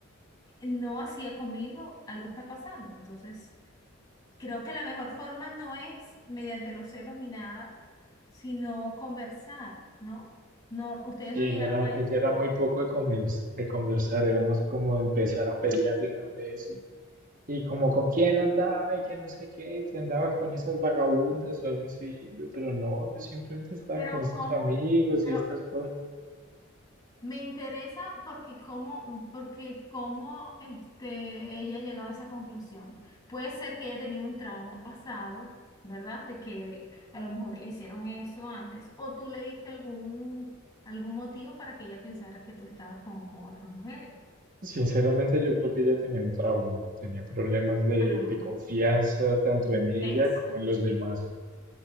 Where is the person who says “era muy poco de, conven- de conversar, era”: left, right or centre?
Right